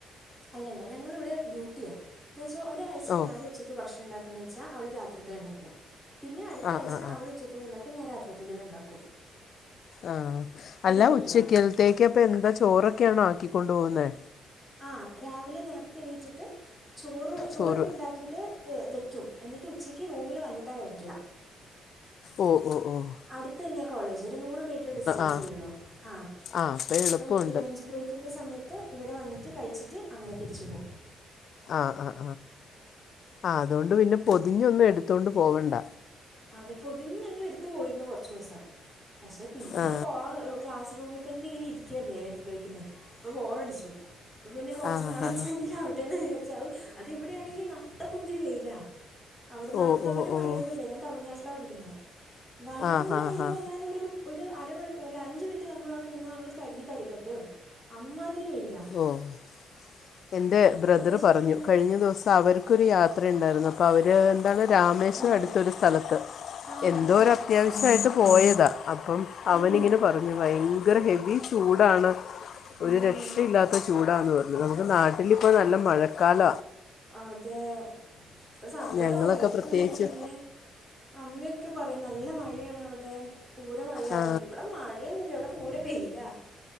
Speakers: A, in the centre; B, on the left.
A: അല്ലല്ല ഞങ്ങൾ ഇവ്ടെ ഡ്യൂട്ടിയാ എന്ന് വെച്ചാ ഒരാഴ്ച
B: ഓ
A: ഞാൻ ഉചക്ക് ഭക്ഷണം ഇണ്ടാക്ണെ ച്ച അവൾ രാത്രിതെ ഇണ്ടാക്കും പിന്നെ അടുത്ത
B: ആ
A: ആഴ്ച്ച
B: ആ ആ
A: അവൾ ഉചത്തത് ഇണ്ടാക്കും ഞാൻ രാത്രിത്തേക്ക് ഇണ്ടാക്കും.
B: ആഹ് അല്ല
A: ഡ്യൂട്ടിയാണ്
B: ഉചക്കൽത്തേക്ക് അപ്പ എന്ത ചോറൊക്ക്യാണൊ ആക്കിക്കൊണ്ടോവ്ന്നെ?
A: ആഹ് രാവിലെ നേർത്തെ എണീറ്റിട്ട് ചോറ് ചോറൊക്ക
B: ചോറ്
A: ഇണ്ടാക്കീട്ട് വെക്കും. എന്നിട്ട് ഉചയ്ക്ക് റൂമില് വന്നിട്ട കഴിക്ക.
B: ഓഹ്, ഓഹ്, ഓഹ്
A: അട്ത്തെന്നെയാ കോളേജ് ഒരു നൂറ് മീറ്റ്ര് ഡിസ്റ്റൻസേ
B: ആ
A: ഉള്ളു ആഹ്
B: ആ അപ്പം എളുപ്പമുണ്ട്
A: അപ്പ ലഞ്ച് ബ്രേക്കിന്റെ സമയത്ത് ഇവിടെ വന്നിട്ട് കഴിച്ചിട്ട് അങ്ങനെ തിരിച്ചുപോവ്
B: ആഹ്, ആഹ്, ആഹ് അതോണ്ട് പിന്നെ പൊതിഞ്ഞൊന്നും എടുത്തോണ്ട് പോവണ്ട.
A: അതെ പൊതിഞ് ഞങ്ങള് എടുത്തു പോയിരുന്നു കൊർചൂസം പക്ഷെ പിന്നെ
B: ആ
A: കോഹ് ക്ലാസ് റൂമിതെന്നെ ഇങ്ങനെ ഇരിക്കുവല്ലെ ലഞ്ച് ബ്രെയ്ക്കിന് അപ്പൊ ബോറടിച്ചു അപ്പപിന്നെ കൊർച്ച്
B: ആ
A: നടത്തവെങ്കിലും
B: ഹാ
A: ആവ ട്ടെന്ന് വിചാരിച്ച് അത് എവിടെയാണെങ്കി നട്ടക്കുന്തിര വെയില. ഔടെ ന്നാട്ട്ത്തെ
B: ഓ ഓ
A: പോലെ മഴയൊന്നുല്ല
B: ഓ
A: ഞാൻ തമിഴ്നാട്ടിലാണ് പഠിക്കുന്നെ ഭയങ്കെരെ
B: ആ ഹാ
A: വെയ്ല്
B: ഹാ
A: പറഞ്ഞാൽഒരു ഒരു അരമണി അല്ല അഞ്ചു മിനിറ്റ് ന്നമ്മൾ അവിടെ നിന്നാ ന്നമ്മൾ കരിഞ് കരിക്കട്ടെവും അമ്മാതിരി വെയ്
B: ഓഹ് എൻ്റെ
A: അപ്പോൾ
B: ബ്രദറ്
A: പക്ഷേ
B: പർഞ്ഞു
A: പിന്നെ
B: കഴ്‌ഞ്ഞ ദിവസം അവർക്കൊരു യാത്രഇണ്ടായിര്ന്നു അപ്പൊ അവര് അതാണ് രാമേശ്വരം
A: ആ
B: അടുത്തൊരു സ്ഥലത്ത്
A: ആ
B: എന്തോ
A: ഹാ ഹാ
B: ഒരു അത്യാവശ്യമായിട്ട് പോയെതാ. അപ്പം അവനിങ്ങെനെ
A: ഉം,
B: പർഞ്ഞു ഭയങ്കെരെ ഹെവി ചൂടാണ്.
A: ഉം,
B: ഒര് രക്ഷയില്ലാത്ത ചൂടാന്ന് പർഞ്ഞു ന്നമ്മക്ക് നാട്ടിലിപ്പൊ ന്നല്ലെ മഴക്കാല.
A: അതെ ഇപ്പസങ്കടാവും
B: ഞങ്ങളൊക്കെ
A: വീട്ടീക്ക്
B: പ്രത്യേകിച്ച്
A: വിളിക്കുമ്പോ ഇങ്ങെനെ അമ്മയൊക്കെ പറയും ന്നല്ലെ മഴേണ് അവിടെ പൂരമഴയാണെന്ന്
B: ആ,
A: ഇവടെമഴേ യൊന്നുല്ല ഇവടെ പൂരെ വെയില.